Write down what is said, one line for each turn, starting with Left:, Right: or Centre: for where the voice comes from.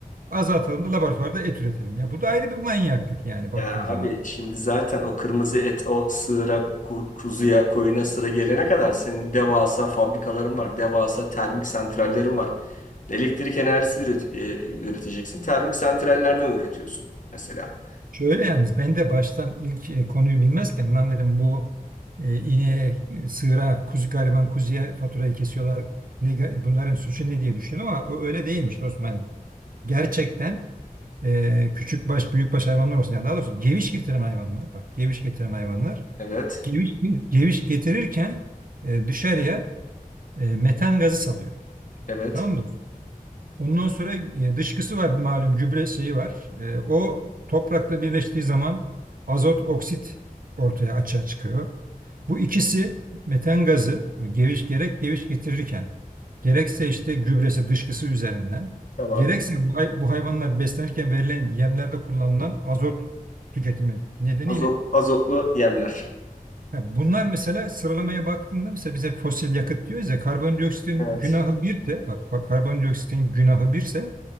Right: azaltalım da laboratuvarda et üretelim. Ya bu da ayrı bir manyaklık yani baktığın
Left: Ya
Right: zaman.
Left: abi şimdi zaten o kırmızı et o sığıra, ku- kuzuya, koyuna sıra gelene kadar senin devasa fabrikaların var. Devasa termik santrallerin var. Elektrik enerjisi üret- e, üreteceksin. Termik santrallerden üretiyorsun mesela.
Right: Şöyle yalnız ben de baştan ilk e, konuyu bilmezken lan dedim bu e, ineğe, e, sığıra, kuzu, gariban kuzuya faturayı kesiyorlar. Ne, ga- bunların suçu ne diye düşündüm ama o öyle değilmiş dostum. Hani gerçekten e, küçük baş büyük baş hayvanlar olsun. Yani daha doğrusu geviş getiren hayvanlar. Bak geviş getiren hayvanlar
Left: Evet.
Right: Geviş, geviş getirirken e, dışarıya e, metan gazı salıyor.
Left: Evet.
Right: Tamam mı? dostum? Ondan sonra e, dışkısı var malum gübre şeyi var. E, o toprakla birleştiği zaman azot oksit ortaya açığa çıkıyor. Bu ikisi metan gazı geviş gerek geviş getirirken gerekse işte gübresi dışkısı üzerinden
Left: Tamam.
Right: gerekse bu, hay- bu hayvanlar beslenirken verilen yemlerde kullanılan azot tüketimi nedeniyle
Left: Azot, azotlu yemler.
Right: Ha, Bunlar mesela sıralamaya baktığında mesela bize fosil yakıt diyoruz ya karbondioksitin
Left: Evet.
Right: günahı birse bak fa- karbondioksitin günahı birse